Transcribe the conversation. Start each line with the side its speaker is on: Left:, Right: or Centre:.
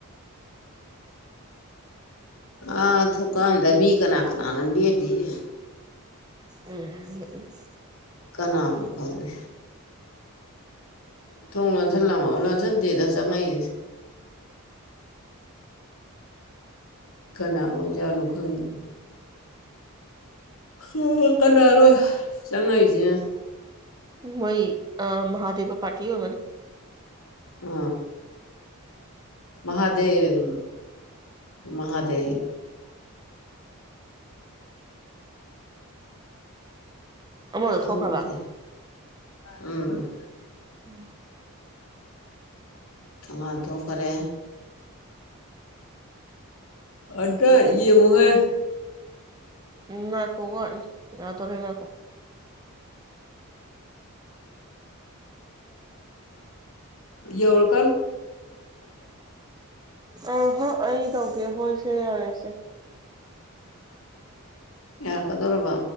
Left: ꯑꯥ ꯊꯨꯀꯗ ꯃꯤ ꯀꯅꯥ ꯀꯅꯥ ꯂꯣꯗꯦ ꯄꯤꯌꯦ
Right: ꯎꯝ
Left: ꯀꯅꯥꯅꯣ ꯈꯪꯦ ꯊꯣꯡ ꯂꯣꯟꯁꯟ ꯂꯝꯃ ꯂꯣꯟꯁꯨꯔ ꯗꯦꯗ ꯆ ꯉꯥꯏ ꯀꯅꯥ ꯑꯣꯖꯥꯠꯅꯣ ꯈꯪꯉꯤ ꯍ ꯀꯂꯔꯣꯏ ꯆꯪꯉꯏꯁꯦ
Right: ꯋꯥꯣꯏ ꯑ ꯃꯥꯗꯦꯕ ꯄꯥꯇꯤ ꯑꯣꯏꯒꯅꯤ
Left: ꯑ ꯃꯍꯥꯗ ꯗ ꯃꯍꯥꯗ
Right: ꯑꯃꯗꯣ
Left: ꯈꯪꯗꯦ
Right: ꯊꯣꯛꯈ꯭ꯔꯕ
Left: ꯎꯝ
Right: ꯎꯝ
Left: ꯊꯧꯉꯅꯥꯊꯣꯛꯈꯔꯦ ꯑꯗꯨ ꯇꯣ ꯌꯦꯡꯉꯨꯍꯣꯏ
Right: ꯎ ꯉꯈꯣ ꯋꯥꯅꯤ ꯉꯥꯗꯔ ꯉꯈꯣ
Left: ꯎꯝ ꯌꯧꯛ
Right: ꯑ ꯍ ꯑꯩ ꯇꯧꯒꯦ ꯍꯣꯏꯁꯦ ꯌꯥꯔꯦꯁꯦ
Left: ꯌꯥꯔꯛꯀꯗꯧꯔꯕ